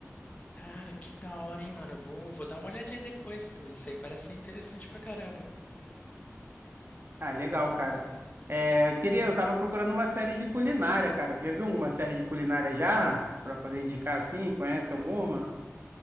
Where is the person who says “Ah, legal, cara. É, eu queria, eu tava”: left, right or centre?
Right